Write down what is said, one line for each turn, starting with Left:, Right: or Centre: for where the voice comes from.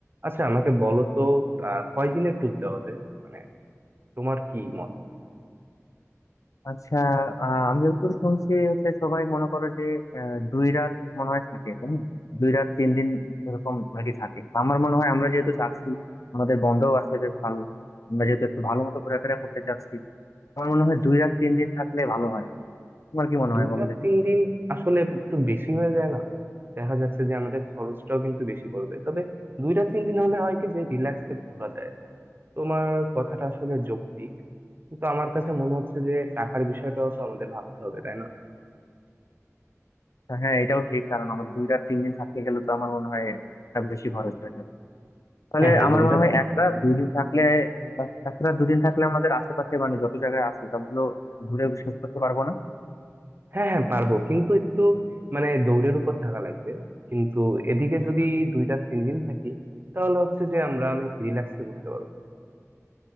Right: আচ্ছা আমাকে বলো তো আহ কয়দিনের ট্যুর দেওয়া যায় মানে তোমার কি মত
Left: আচ্ছা আহ, আমি যতদূর শুনছি হচ্ছে সবাই মনে করো যে আহ, দুই রাত মনে হয় থাকে হুম, দুই রাত তিন দিন এরকম আর কি থাকে তো আমার মনে হয় আমরা যেহেতু যাচ্ছি আমাদের বন্ধও আছে বেশ ভালো আমরা যেহেতু একটু ভালো মতো ঘোরাফেরা করতে চাচ্ছি আমার মনে হয় দুই রাত তিন দিন থাকলে ভালো হয় তোমার কি মনে
Right: দুই
Left: হয় বলো
Right: রাত
Left: দেখি
Right: তিন দিন আসলে একটু বেশি হয়ে যায় না দেখা যাচ্ছে যে আমাদের খরচটাও কিন্তু বেশি পড়বে তবে দুই রাত তিন দিন হলে হয় কি যে রিল্যাক্সে ঘোরা যায় তোমার কথাটা আসলে যৌক্তিক কিন্তু আমার কাছে মনে হচ্ছে যে টাকার বিষয়টাও তো আমাদের ভাবতে হবে তাই না
Left: হ্যাঁ এটাও ঠিক কারণ আমাদের দুই রাত তিন দিন থাকতে গেলে তো আমার মনে হয় একটা বেশি খরচ হয়ে যাবে তাহলে
Right: হ্যাঁ হ্যাঁ
Left: আমার
Right: দুই
Left: মনে
Right: রাত
Left: হয় এক রাত দুই দিন থাকলে এক রাত দুদিন থাকলে আমাদের আশেপাশে মানে যত জায়গায় আছে সবগুলো ঘুরে শেষ করতে পারবো না
Right: হ্যাঁ হ্যাঁ পারবো কিন্তু একটু মানে দৌড়ের উপর থাকা লাগবে কিন্তু এদিকে যদি দুই রাত তিন দিন থাকি তাহলে হচ্ছে যে আমরা অনেক রিল্যাক্সে ঘুরতে পারবো